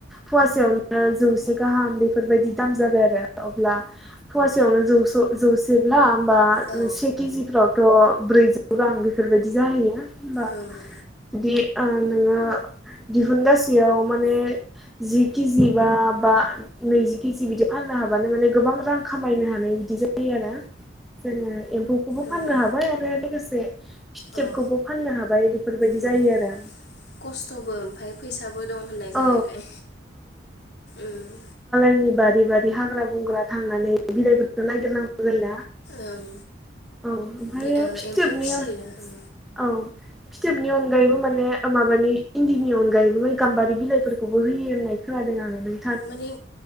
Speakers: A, in the centre; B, on the left.
A: फवासेयावनो जौसे गाहाम बेफोरबायदि दाम जा जाबाय आरो अब्ला फवासेयावनो जौस' जौसेब्ला। होमबा
B: औ
A: नो से केजिफ्रावथ' ब्रैजौ रां बेफोरबायदि जाहैयो होमबा।
B: ओं
A: बिदि आ नोङो। दिहुनगासेयाव माने जि किजि बा बा नैजि किजि बिदि फाननो। हाबानो माने गोबां रां खामायनो हानाय बिदि जायो आरो। जोङो एम्फौखौबो फाननो
B: ओं
A: हाबाय आरो लोगोसे फिथोबखौबो
B: अ
A: फाननो हाबाय बेफोर दि
B: उम
A: जायो आरो।
B: खस्थ'बो ओमफाय फैसाबो दं होननाय जाहैबाय
A: औ
B: उम।
A: जोंनि बारि बारि हाग्रा बंग्रा थांनानै बिलाइफोरखौ नायगिरनांगौ जायो ना?
B: ओं
A: औ ओमफ्राय
B: बि ओ
A: फिथोबनिया
B: एम्फौ फिसियो उम
A: औ। फिथोबनि अनगायैबो माने माबानि इन्दिनि अनगायैबो माने गाम्बारि बिलाइफोरखौबो होयो होननाय खोनादों आङो नै
B: माने